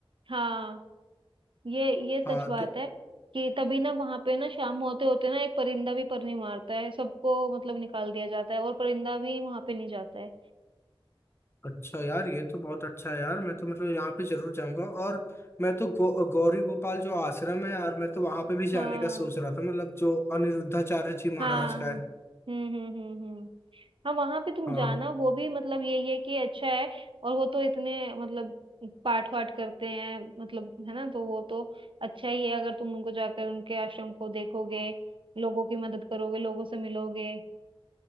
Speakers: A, on the right; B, on the left.
A: हाँ ये ये
B: हाँ
A: सच बात
B: तो
A: है कि तभी ना वहां पे ना शाम होते होते ना एक परिंदा भी पर नहीं मारता है सबको मतलब निकाल दिया जाता है और परिंदा भी वहां पे नहीं जाता है
B: अच्छा यार ये तो बहुत अच्छा है यार मैं तो मतलब यहाँ पे जरूर जाऊंगा और मैं तो गौ, गौरी गोपाल जो आश्रम है यार मैं तो वहां पे भी जाने
A: हाँ
B: का सोच रहा था मतलब जो अनिरुद्धाचार्य जी महाराज
A: हाँ
B: का
A: हम्म
B: है
A: हम्म हम्म हम्म हाँ वहां पे तुम
B: हाँ
A: जाना वो भी मतलब यही है कि अच्छा है और वो तो इतने मतलब पाठ वाठ करते हैं मतलब है ना तो वो तो अच्छा ही है अगर तुम उनको जाकर उनके आश्रम को देखोगे लोगों की मदद करोगे लोगों से मिलोगे